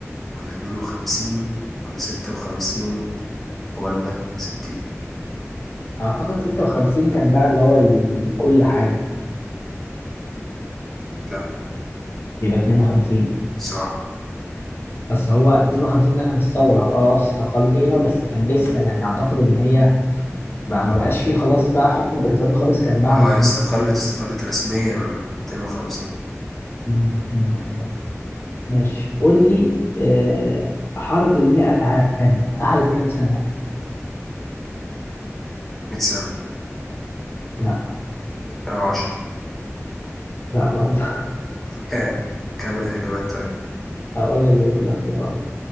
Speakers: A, in the centre; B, on the left.
A: ولا 52 ولا 56 ولا 60
B: اعتقد 56 كان بقى اللي هو ال- كل حاجه
A: لا
B: يبقى 52
A: صح
B: بس هو 52 ده كان الثوره اه استقلينا بس كان لسه يعني اعتقد ان هي بقى ما بقاش فيه خلاص بقى حكم بريطاني خالص كان بعد
A: اه
B: 52
A: هي استقلت استقلت رسميا 52
B: مم، ممكن برضه ماشي قول لي آه حرب المئة عام قعدت كام سنه
A: 100 سنة
B: لا
A: 110
B: لا برضه
A: كام كام الإجابات طيب
B: <laughs> هقول لك بقيه الاختيارات